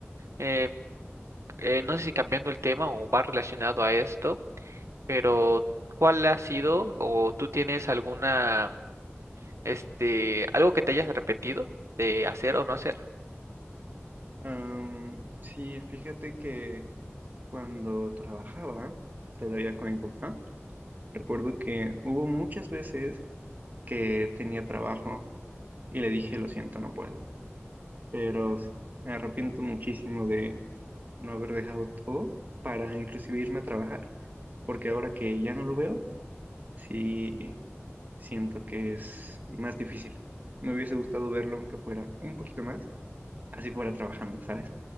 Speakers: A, on the right; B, on the right.
A: eh, eh, no sé si cambiando el tema o va relacionado a esto. Pero, ¿cuál ha sido o tú tienes alguna, este, algo que te hayas arrepentido de hacer o no hacer?
B: Am, sí, fíjate que cuando trabajaba todavía con mi papá, recuerdo que hubo muchas veces que tenía trabajo y le dije, lo siento, no puedo. pero s- me arrepiento muchísimo de no haber dejado todo para inclusive irme a trabajar, porque ahora que ya no lo veo, sí siento que es más difícil. Me hubiese gustado verlo aunque fuera un poquito más, así fuera trabajando, ¿sabes?